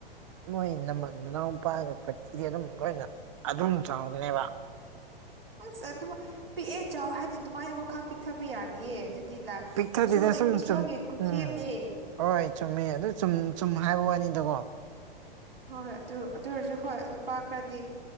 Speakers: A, on the right; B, on the right.
A: ꯃꯣꯏ ꯅꯃ ꯅꯅꯥꯎꯄꯥꯒ ꯄꯠꯁꯤꯗꯤ ꯑꯗꯨꯝ ꯂꯣꯏꯅ ꯑꯗꯨꯝ ꯆꯥꯎꯕꯅꯦꯕ
B: ꯑꯁ ꯑꯗꯨꯝ ꯄꯤꯛꯑꯦ ꯆꯥꯎ ꯍꯥꯏꯅ ꯑꯗꯨꯃꯥꯏꯅ ꯋꯥꯈꯜ ꯄꯤꯛꯊꯕ ꯌꯥꯅꯤꯌꯦ ꯑꯗꯨꯗꯤ ꯂꯥꯛ
A: ꯄꯤꯛꯊꯗꯤꯗ
B: ꯏꯁꯣꯔ
A: ꯁꯨꯝ
B: ꯏꯁꯣꯔꯒꯤ
A: ꯁꯨꯝ
B: ꯈꯨꯨꯞ
A: ꯎꯝ
B: ꯁꯦꯝꯅꯦ
A: ꯍꯣꯏ ꯆꯨꯝꯃꯦ ꯑꯗꯨ ꯆꯨꯝ ꯆꯨꯝ ꯍꯥꯏꯕ ꯋꯥꯅꯤꯗꯀꯣ
B: ꯍꯣꯏ ꯑꯗꯨ ꯑꯗꯨ ꯑꯣꯏꯔꯁꯨ ꯍꯣꯏ ꯅꯨꯄꯥ ꯈꯔꯗꯤ